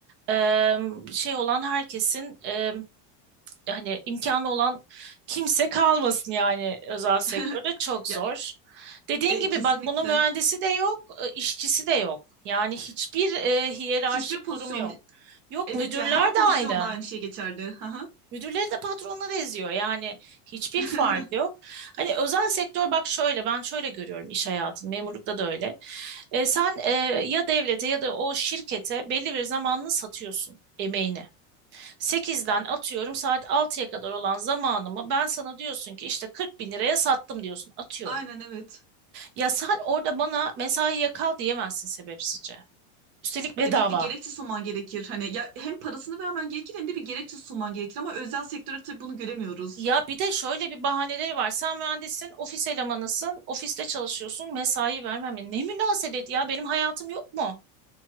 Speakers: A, on the right; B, on the right.
A: e, şey olan herkesin e, hani imkanı olan kimse kalmasın yani özel
B: <laughs>
A: sektörde çok zor.
B: Ya
A: Dediğin
B: e,
A: gibi
B: kesinlikle.
A: bak bunun mühendisi de yok, e, işçisi de yok. Yani hiçbir e, hiyerarşik
B: Hiçbir pozisyon
A: durumu yok. Yok
B: Evet
A: müdürler
B: ya her pozisyonda
A: de aynı.
B: aynı şey geçerli. Hı hı.
A: Müdürleri de patronları eziyor. Yani hiçbir
B: <laughs>
A: fark yok. Hani özel sektör bak şöyle ben şöyle görüyorum iş hayatını. Memurlukta da öyle. E, sen e, ya devlete ya da o şirkete belli bir zamanını satıyorsun emeğini. 8'den atıyorum saat 6'ya kadar olan zamanımı ben sana diyorsun ki işte 40 bin liraya sattım diyorsun atıyorum.
B: Aynen evet.
A: Ya sen orada bana mesaiye kal diyemezsin sebepsizce. Üstelik bedava.
B: Evet bir gerekçe sunman gerekir. Hani ya hem parasını vermen gerekir hem de bir gerekçe sunman gerekir ama özel sektörde tabii bunu göremiyoruz.
A: Ya bir de şöyle bir bahaneleri var. Sen mühendissin, ofis elemanısın, ofiste çalışıyorsun, mesai vermem. Ne münasebet ya benim hayatım yok mu?